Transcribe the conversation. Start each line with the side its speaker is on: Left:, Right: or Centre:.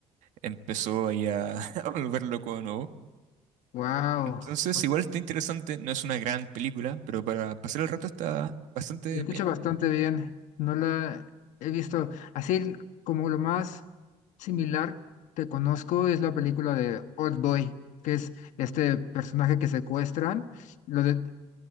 Right: empezó ahí a, <laughs> a volver loco de nuevo.
Left: Wow.
Right: Entonces,
Left: O sea,
Right: igual está interesante, no es una gran película, pero para pasar el rato está bastante
Left: se escucha
Right: bien.
Left: bastante bien. No la he visto. Así como lo más similar que conozco es la película de Old Boy, que es este personaje que secuestran, lo de-